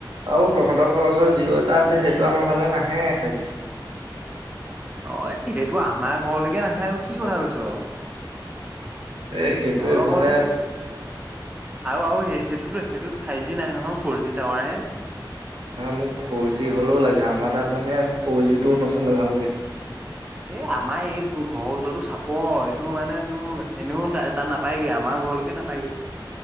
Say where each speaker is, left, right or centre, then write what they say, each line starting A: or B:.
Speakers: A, on the right; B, on the right.
A: আৰু তহঁতৰ ঘৰৰ ওচৰৰ জিঅ এটা আছে সেইটো আমাৰ ফালে নাহে চাগে।
B: অ', সেইটো আমাৰ ঘৰলৈকে নাহে আৰু কি কথা কৈছ।
A: এ সেইটো
B: তহঁতৰ
A: এইফালে
B: ঘৰতো কত? আৰু আৰু সেইটোতো সেইটোত ফাইভ জি নাহে নহয়, ফৰ জি টাৱাৰহে।
A: না মোক ফ'ৰ জি হ'লেও লাগে আমাৰ তাত মানে ফ'ৰ জিটো নচলে ভালকে।
B: এ আমাৰ এই ঘৰৰ ওচৰটো চাপৰ, এইটো মানে তোৰ এনেও এটা নাপ পায়গে আমাৰ ঘৰলৈকে নাপায়গে।